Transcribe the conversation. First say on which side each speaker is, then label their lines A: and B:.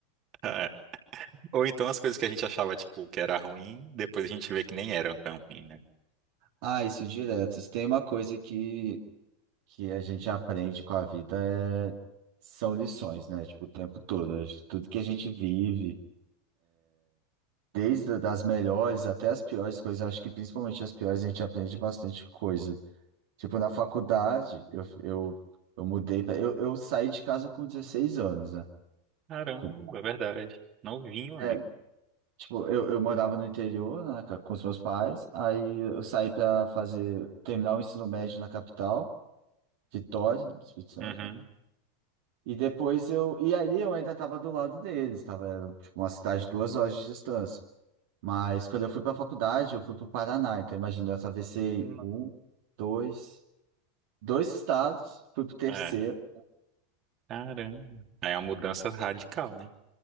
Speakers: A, on the right; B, on the right.
A: é. Ou então as coisas que a gente achava, tipo, que era ruim, depois a gente vê que nem eram tão ruim, né?
B: Ah, isso direto. Se tem uma coisa que, que a gente aprende com a vida é... são lições, né? Tipo, o tempo todo. A gente- Tudo que a gente vive, desde das melhores até as piores coisas, acho que principalmente as piores a gente aprende bastante coisa. Tipo, na faculdade, eu, eu, eu mudei, pra... eu, eu saí de casa com 16 anos, né?
A: Caramba,
B: Com-
A: é verdade. Novinho, amigo.
B: é, Tipo, eu, eu morava no interior, né, ca- com os meus pais, aí eu saí para fazer, terminar o ensino médio na capital, Vitória, no Espírito Santo,
A: Uhum.
B: né? E depois eu, e ali eu ainda estava do lado deles, estava, era, tipo, uma cidade de duas horas de distância. Mas quando eu fui para a faculdade, eu fui para o Paraná, então imagina, eu atravessei
A: Não-
B: um, dois, dois estados, fui para o terceiro,
A: É. Caramba. Aí É uma mudança radical, né?